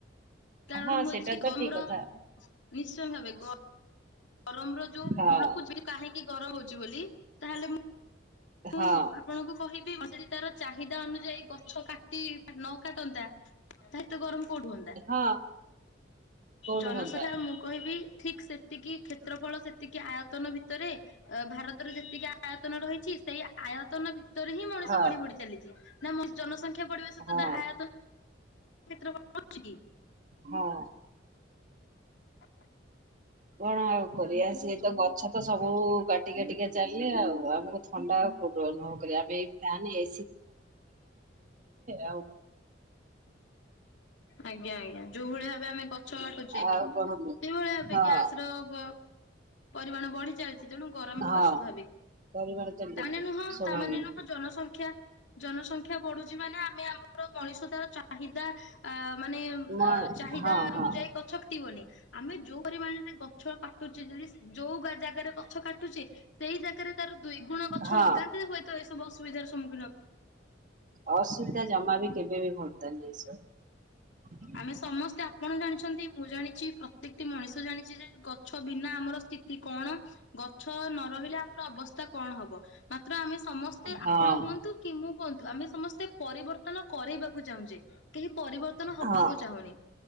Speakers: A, on the left; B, on the right.
A: କାରଣ
B: ହଁ
A: ମୁଁ
B: ସେଇଟା
A: ଆଜି
B: ତ
A: ଗମର
B: ଠିକ କଥା
A: ନିଶ୍ଚୟ ଭାବେ ଗ ଗରମର ଯୋଉ
B: ହଁ
A: ମୂଳକୁ ଯେ କାହିଁକି ଗରମ ହଉଚି ବୋଲି ତାହେଲେ ମୁଁ
B: ହଁ
A: ମୁଁ ଆପଣଙ୍କୁ କହିବି ମଶାରି ତାର ଚାହିଦା ଅନୁଯାୟୀ ଗଛ କା ତି ନ କାଟନ୍ତା ତା ହେତ ଗରମ କୋଉଠୁ ହୁଅନ୍ତା?
B: ହଁ କୋଉଠୁ
A: ଜନସଂଖ୍ୟା
B: ହୁଅନ୍ତା
A: ମୁଁ କହିବି ଠିକ ସେତିକି କ୍ଷେତ୍ରଫଳ ସେତିକି ଆୟତନ ଭିତ ତରେ ଅ ଭାରତର ଯେତିକି ଆୟତନ ରହିଚି ସେଇ ଆୟତନ ଭିତରେ ହିଁ ମଣିଷ
B: ହଁ
A: ବଢ଼ି ବଢ଼ି ଚାଲିଚି ନାଁ ମି ଜନସଂ ଖ୍ୟା ବଢ଼ିବା ସହିତ
B: ହଁ
A: ତା ଆୟତ କ୍ଷେତ୍ର ଉ ଚି କି?
B: ହଁ
A: <inaudible>
B: କଣ ଆଉ କରିବା ସିଏ ତ ଗଛ ତ ସବୁ କା ଟିକେ ଟିକେ ଚାଲିଲେ ଆଉ ଆମୁକୁ ଥଣ୍ଡା ଆଉ କୋଉତୁରୁ ଅନୁଭବ କରିବା ଆମେ ଏଇ ଫ୍ୟାନ୍ ଏ ଆଉ କଣ।
A: ଆଜ୍ଞା ଆଜ୍ଞା ଯୋଉଭଳି ଭାବେ ଆମେ ଗଛ କାଟୁଚେ
B: ଆଉ କଣ କୁହ?
A: ସେଇଭଳିଆ ଏବେ
B: ହଁ
A: ଗ୍ୟାସ ର ବ ପରିମାଣ ବୁଢି ଚାଲିଚି ତେଣୁ ଗରମ ହବା
B: ହଁ
A: ସ୍ୱାଭାବିକ।
B: ପରିବାର ଚାଲିଛି
A: ତାନେ ନୁହଁ
B: ସ୍ୱାଭାବିକ
A: ତା ମାନେ ନୁହଁ ଜନସଂଖ୍ୟା ଜନସଂଖ୍ୟା ବଢ଼ୁଚି ମାନେ ଆମେ ଆମର ମଣିଷ ତାର ଚାହିଦା ଆ ମାନେ ଅ
B: ମ-
A: ଚାହିଦା
B: ହଁ ହଁ
A: ଅନୁଯାୟୀ ଗଛ କାଟିବନି ଆମେ ଯୋଉ ପରିମାଣରେ ଗଛ କାଟୁଚେ ଯଦି ସ୍ ଯୋଉ ଗା ଜାଗାରେ ଗଛ କାଟୁଚେ ସେଇ ଜା କାଳେ ତାର ଦୁଇ ଗୁଣ ଗଛ
B: ହଁ
A: ଲଗାନ୍ତେ ହୁଏତ ଏଇ ସବୁ ଅସୁବିଧାର ସମ୍ମୁ
B: ଅସୁବିଧା ଜମା ବି କେବେ ବି ହୁଅନ୍ତାନି ଏସବୁ।
A: ଆମେ ସମସ୍ତେ ଆପଣ ଜାଣିଛନ୍ତି। ମୁଁ ଜାଣିଛି ପ୍ରତ୍ୟେକ କ ମଣିଷ ଜାଣିଛି ଯେ ଗଛ ବିନା ଆମର ସ୍ଥିତି କଣ। ଗଛ ନ ରହିଲେ ଆମର ଅବସ୍ଥା କଣ ହବ। ମାତ୍ର ଆମେ ସମସ୍ତେ
B: ହଁ।
A: ଆପଣ ହୁଅନ୍ତୁ ତୁ କି ମୁଁ କୁହନ୍ତୁ। ଆମେ ସମସ୍ତେ ପରିବର୍ତ୍ତନ କରରେଇବାକୁ ଚାହୁଁଛେ। କେହି ପରିବର୍ତ୍ତନ ହବାକୁ
B: ହଁ
A: ଚାହୁଁନି।